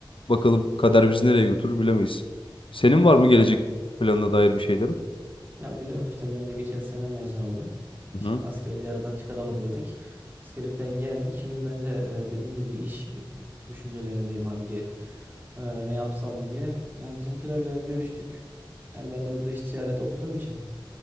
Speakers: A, on the left (about 85°); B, on the right (about 20°).
A: bakalım kader bizi nereye götürür bilemeyiz. Senin var mı gelecek planına dair bir şeylerin?
B: Ya biliyorsun işte ben de geçen sene mezun oldum. İşte
A: Hı
B: askerliği aradan çıkaralım dedik. Askerlikten geldik. Şimdi ben de e, dediğin gibi iş e, düşüncelerindeyim hani ki e, ne yapsam diye. Yani bizimkilerle görüştük. Yani ben de dış ticaret okuduğum için